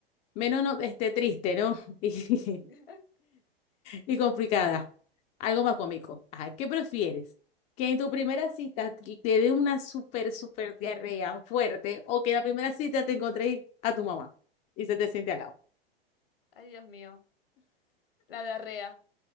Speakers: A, on the left; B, on the left.
A: menos no, este, triste, ¿no? <laughs>
B: <laughs>
A: Y, y complicada. Algo más cómico. Ajá, ¿qué prefieres? ¿Que en tu primera cita te te dé una súper, súper diarrea fuerte o que en la primera cita te encontréis a tu mamá y se te siente al lado?
B: Ay, Dios mío, la diarrea.